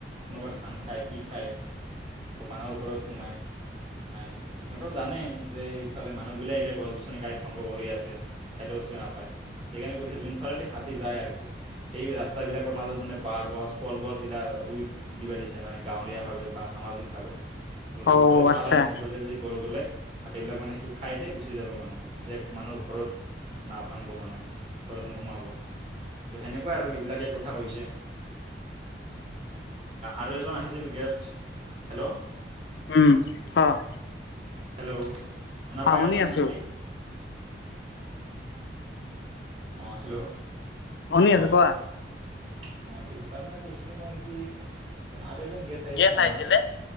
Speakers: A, on the right (about 35°); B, on the left (about 75°).
A: কোনোবা ধান খায় কি খায়। আকৌ মানুহৰ ঘৰত সোমায়। নাই সিহঁতও জানে যে এইফালে মানুহবিলাক গছ-গছনি কাটি ধ্বংস কৰি আছে। খাদ্যবস্তুৱে নাপায়, সেইকাৰণে কৈছে যোনফালেদি হাতী যায় আৰু কি। সেই ৰাস্তাবিলাকৰ মাজত মানে বাঁহ গছ কলগছ এইবিলাক ৰুই দিব দিছে মানে গাঁৱলীয়াভাৱে বা সামাজিকভাৱে অলপ
B: অ
A: ৰুই থ'লে
B: আচ্ছা
A: ভাল হয় মানে সেইফালে যদি গ'ল গ'লে হাতীবিলাক মানে সেইটো খাই খাই গুচি যাব মানে তেতিয়া মানুহৰ ঘৰত নাভাংব মানে, ঘৰত নোসোমাব। ত' সেনেকুৱা আৰু সেইবিলাকে কথা কৈছে। আৰু এজন আহিছিল গেষ্ট, হেল্ল'
B: উম অহ,
A: হেল্ল' শুনা পাই
B: অহশুনি
A: আছানে
B: আছো।
A: তুমি অৱ হেল্ল',
B: শুনি
A: অৱ অৱ
B: আছো কোৱা
A: ঠিক আছে তাৰমানে কৈছিলোঁ মই কি, তাৰমানে আৰু এজন গেষ্ট আহিছিল
B: গেছ
A: আমাৰ
B: আহিছিলে